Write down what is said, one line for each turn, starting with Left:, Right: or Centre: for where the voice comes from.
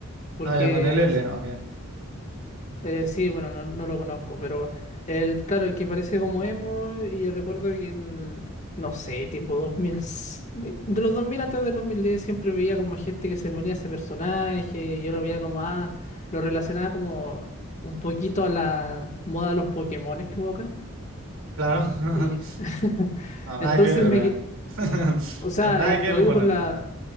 Left: porque
Right: ah, ya con el L, ok,
Left: Eh, sí, bueno, no, no lo conozco, pero el, claro, el que parece como emo y recuerdo que el, no sé, tipo 2000, s- de, de los 2000 antes del 2010 siempre veía como gente que se ponía ese personaje, y yo lo veía como, ah, lo relacionaba como un poquito a la moda de los Pokémones que hubo acá.
Right: claro. <laughs>
Left: Y <laughs>
Right: No, nada
Left: entonces
Right: que ver,
Left: me,
Right: weón.
Left: que-
Right: <laughs>
Left: o sea,
Right: No, nada
Left: es-
Right: que
Left: lo
Right: ver,
Left: digo
Right: mono.
Left: por la,